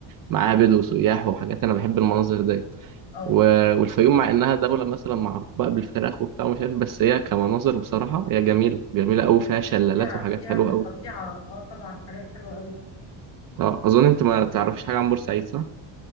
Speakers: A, on the right (about 45°); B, on the left (about 65°).
A: معابد وسياح وحاجات أنا بحب المناظر دي
B: اه
A: و... والفيوم مع إنها دولة مثلا معروفة بقى بالفراخ وبتاع ومش عارف بس هي كمناظر بصراحة هي جميلة جميلة قوي فيها شلالات
B: فيها
A: وحاجات
B: فيها
A: حلوة
B: من الطبيعه
A: قوي
B: اه طبعا حاجات حلوه قوي
A: آه، أظن أنت ما تعرفش حاجة عن بورسعيد صح؟